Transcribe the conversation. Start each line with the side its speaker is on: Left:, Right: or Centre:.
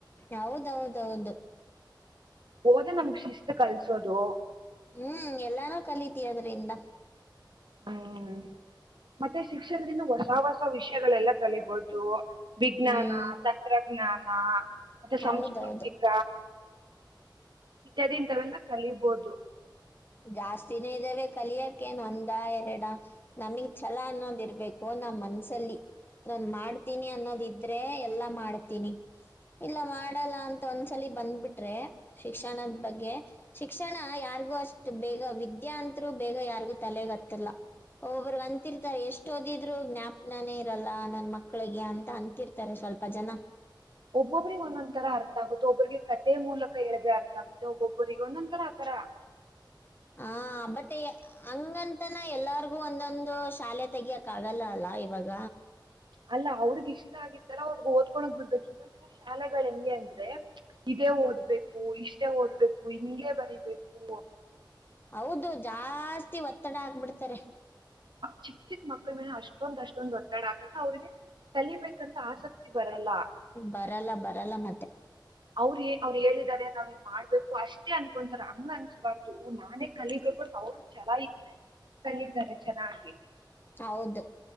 Left: ಹೌದೌದೌದು
Right: ಹೋದ ನಮಗ್ ಶಿಸ್ತ ಕಲ್ಸೋದು
Left: ಹ್ಮ್ ಎಲ್ಲಾನೂ ಕಲಿತಿ ಅದ್ರಿಂದ
Right: ಹ್ಮ್ ಮತ್ತೆ ಶಿಕ್ಷಣದಿಂದ ಹೊಸ ಹೊಸ ವಿಷಯಗಳೆಲ್ಲ ಕಲಿಬೋದು ವಿಜ್ಞಾನ
Left: ಹ್ಮ್
Right: ತಂತ್ರಜ್ಞಾನ ಹಾ ಮತ್ತೆ ಸಂಸ್ಕೃತಿಕ
Left: ಹೌದೌದು
Right: ಇತ್ಯಾದಿ ಇಂತವೆೆಲ್ಲ ಕಲೀಬೋದು
Left: ಜಾಸ್ತಿನೇ ಇದ್ದಾವೆ ಕಲಿಯಕೇನ್ ಒಂದ ಎರಡ ನಮಗ್ ಛಲ ಅನ್ನೋದ ಇರ್ಬೇಕು ನಮ್ ಮನ್ಸಲ್ಲಿ ನಾನ್ ಮಾಡ್ತೀನಿ ಅನ್ನೋದ ಇದ್ರೆ ಎಲ್ಲಾ ಮಾಡ್ತೀನಿ ಇಲ್ಲ ಮಾಡಲ್ಲ ಅಂತ ಒಂದ್ಸಲಿ ಬಂದ್ಬಿಟ್ರೆ ಶಿಕ್ಷಣದ ಬಗ್ಗೆ ಶಿಕ್ಷಣ ಯಾರಿಗೂ ಅಷ್ಟ ಈಗ ವಿದ್ಯಾ ಅತ್ರು ಬೇಗ ಯಾರಿಗೂ ತಲೆಗತ್ತಲ್ಲ ಒಬ್ಬ್ರ ಅಂತಿರ್ತಾರೆ ಎಷ್ಟು ಎಷ್ಟ ಓದಿದ್ರು ಜ್ಞಾಪನಾನೇ ಇರಲ್ಲ ನನ್ ಮಕ್ಳಿಗೆ ಅಂತ ಅಂತಿರ್ತಾರೆ ಸ್ವಲ್ಪ ಜನ
Right: ಒಬ್ಬೊಬ್ರಿಗೆ ಒಂದೊಂದ್ ತರ ಅರ್ಥ ಆಗುತ್ತೆ ಒಬ್ಬ್ರಿಗೆ ಕಥೆ ಮೂಲಕ ಹೇಳಿದ್ರೆ ಅರ್ಥ ಆಗುತ್ತೆ ಒಬ್ಬೊಬ್ಬ್ರಿಗೆ ಒಂದೊಂದ ತರ ಆತರ
Left: ಹಾ ಮತ್ತೆ ಹಂಗಂತ ತಾನ ಎಲ್ಲಾರ್ಗೂ ಒಂದೊಂದು ಶಾಲೆ ತೆಗಿಯಕ್ ಆಗಲ್ಲ ಅಲ್ಲ ಇವಾಗ
Right: ಅಲ್ಲ ಅವ್ರಗ ಇಷ್ಟ ಆಗಿತ್ತಾರ ಅವ್ರಗ್ ಓದ್ಕೊಳೋಗ ಬಿಡ್ಬೇಕು ಇವ ಕೆಲವು ಶಾಲೆಗಳ ಹೆಂಗೆ ಅಂದ್ರೆ ಇದೇ ಓದ್ಬೇಕು ಇಷ್ಟೇ ಓದ್ಬೇಕು ಹಂಗೇ ಬರಿಬೇಕು
Left: ಹೌದು ಜಾಸ್ತಿ ಒತ್ತ ಒತ್ತಡ ಆಗ್ಬಿಡ್ತಾರೆ
Right: ಚಿಕ್ಕ ಚಿಕ್ ಮಕ್ಳ ಮೇಲೆ ಅಷ್ಟೊಂದ್ ಅಷ್ಟೊಂದ ಒತ್ತಡ ಹಾಕದ್ರೆ ಅವ್ರಿಗೆ ಕಲಿಬೇಕಂತ ಆಸಕ್ತಿ ಬರಲ್ಲ
Left: ಬರಲ್ಲ ಬರಲ್ಲ ಮತ್ತೆ
Right: ಅವ್ರ ಅವ್ರು ಹೇಳಿದಿದ್ದಾರೆ ನಾವ್ ಇದ್ ಮಾಡ್ಬೇಕು ಅಷ್ಟೇ ಅನ್ಕೊಂತಾರ ಹಂಗ ಅಂಕೋಬಾರ್ದು ನಾನೇ ಕಲಿಬೇಕು ಅ ಅವ್ರ ಛಲ ಇದ್ರೆ ಕಲ್ಲಿ ತಾರೇ ಚನ್ನಗಿ
Left: ಹೌದು